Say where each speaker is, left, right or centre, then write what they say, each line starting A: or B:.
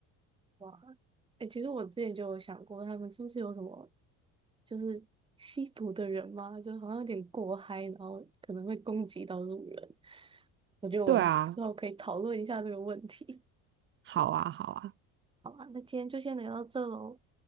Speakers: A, on the right (about 15°); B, on the right (about 35°).
A: 哇，哎、其实我之前就有想过，他们是不是有什么就是吸毒的人嘛，就好像有点过嗨，然后可能会攻击到路人。我觉得我们之后可以讨论一下这个问题。
B: 对啊，好啊，好啊。
A: 好啊，那今天就先聊到这喽，